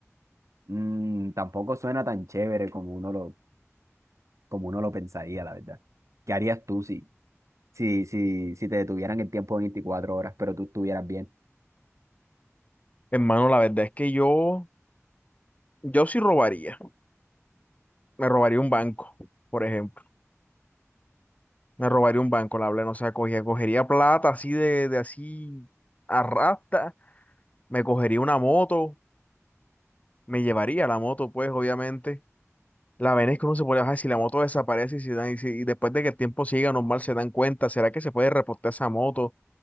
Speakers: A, on the right; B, on the left.
A: Mm, tampoco suena tan chévere como uno lo, como uno lo pensaría, la verdad. ¿Qué harías tú si, si, si, si te detuvieran el tiempo de 24 horas, pero tú estuvieras bien?
B: hermano, la verdad es que yo, yo sí robaría. Me robaría un banco, por ejemplo. Me robaría un banco, la verdad, no sea, cogía, cogería plata así de, de así arrastra me cogería una moto, me llevaría la moto, pues obviamente. La vaina es que uno se puede bajar si la moto desaparece y, si dan- y, si- y después de que el tiempo siga normal se dan cuenta, ¿será que se puede reportar esa moto?